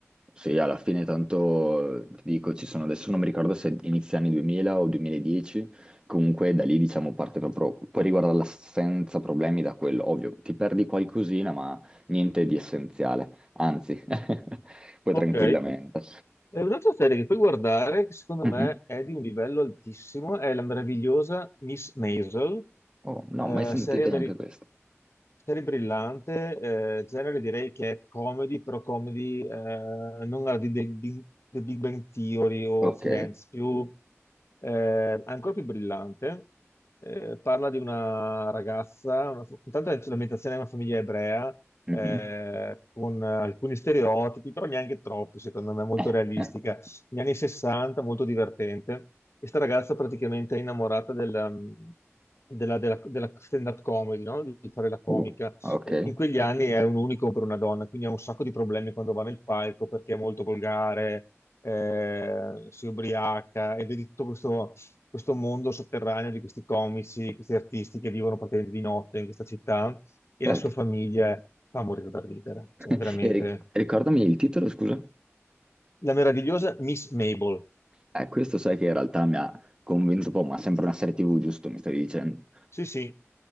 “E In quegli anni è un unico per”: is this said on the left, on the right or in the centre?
Left